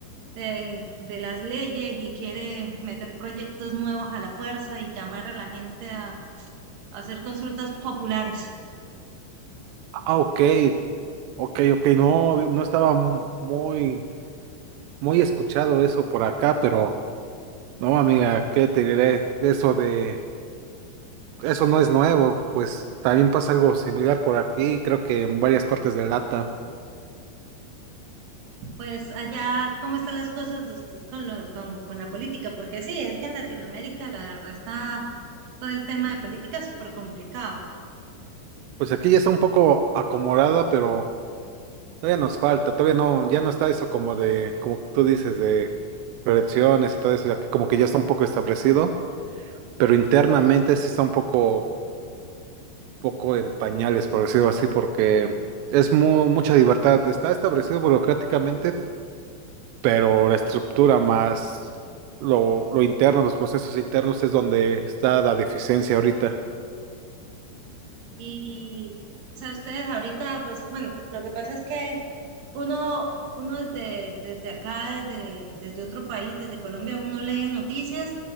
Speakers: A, on the right (about 65°); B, on the right (about 80°).
A: de, de las leyes y quiere meter proyectos nuevos a la fuerza y llamar a la gente a a hacer consultas populares.
B: Ah, ok, ok, ok. No, no estaba mu- muy, muy escuchado eso por acá, pero no, amiga, ¿qué te diré? Eso de, eso no es nuevo, pues también pasa algo similar por aquí, creo que en varias partes de Lata.
A: pues allá, ¿cómo están las cosas de ustedes con lo, con, con la política? Porque sí, es que en Latinoamérica la verdad está todo el tema de política súper complicado.
B: Pues aquí ya está un poco acomodada, pero todavía nos falta, todavía no, ya no está eso como de, como tú dices, de reelecciones y todo eso, ya que como que ya está un poco establecido. pero internamente sí está un poco, poco en pañales, por decirlo así, porque es mu- mucha libertad. Está establecido burocráticamente, pero la estructura más lo, lo interno, los procesos internos es donde está la deficiencia ahorita.
A: Y, o sea, ustedes ahorita, pues bueno, lo que pasa es que Uno, uno desde, desde acá, desde, desde otro país, desde Colombia, uno lee noticias